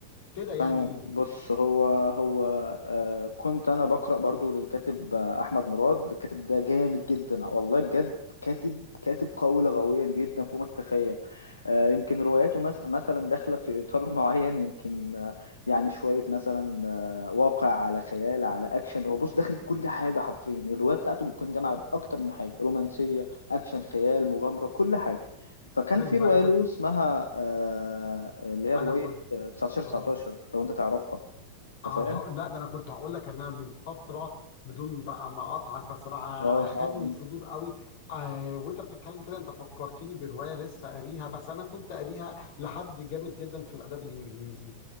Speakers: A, on the left; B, on the left.
A: كده يعني
B: تمام بص هو هو آه كنت انا بقرا برضو للكاتب آه احمد مراد الكاتب ده جامد جدا والله بجد كاتب كاتب قوي لغويا جدا فوق ما تتخيل آه يمكن رواياته مس مثلا داخله في اطار <laughs> معين يمكن آه يعني شويه مثلا آه واقع على خيال على اكشن هو بص داخل في كل حاجه حرفيا الروايه بتاعته بتكون جامعه باكتر من حاجه رومانسيه اكشن خيال مغامره كل حاجه فكان
A: حلو
B: في
A: بقى
B: رواية
A: انت
B: له اسمها آه، اللي هي
A: انا
B: رواية
A: كنت
B: 19 19
A: اه
B: لو انت تعرفها
A: آه،
B: انت فاهم
A: هقول- لا ده انا كنت هقول لك ان انا من فتره بدون بقى ما اقطعك بس انا
B: اه اه
A: ع- خدني
B: مم.
A: الفضول قوي آه وانت بتتكلم كده انت فكرتني بروايه لسه قاريها بس انا كنت قاريها لحد جامد جدا في الادب الانجليزي